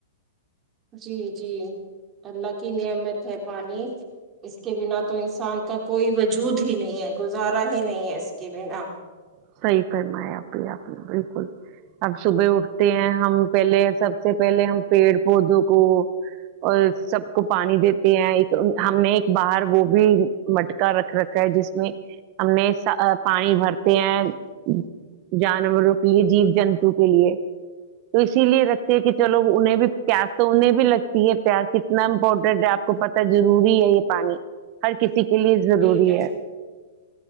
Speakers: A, on the right (about 25°); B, on the right (about 40°).
A: <unintelligible>
B: <unintelligible> <unintelligible> <unintelligible> جیون
A: جی جی